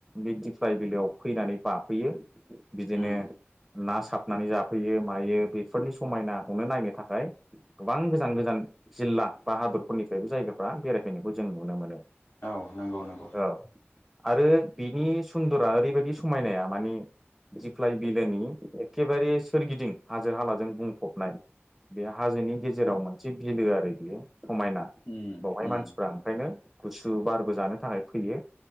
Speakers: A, in the centre; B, on the left (about 60°).
A: बे दिफ्लाय बिलोयाव फैनानै बाफैयो बिदिनो
B: उम
A: ना साबनानै जाफैयो मायो बेफोरनि समायनाखौनो नायनो थाखाय गोबां गोजान गोजान जिल्ला बा हादरफोरनिफ्राय बे जायगाफ्रा बेरायफैनायखौ जों नुनो मोनो।
B: औ नंगौ नंगौ।
A: औ आरो बिनि सुन्दरा ओरै बायदि समायनाया मानि दिप्लाय बिलोनि एखेबारे सोरगिदिं हाजो हालाजों बुंफबनाय। बे हाजोनि
B: औ
A: गेजेराव मोनसे बिलो आरो बियो समायना
B: उम
A: बावहाय
B: उम
A: मानसिफ्रा ओंखायनो गुसु बारबो जानो थाखाय फैयो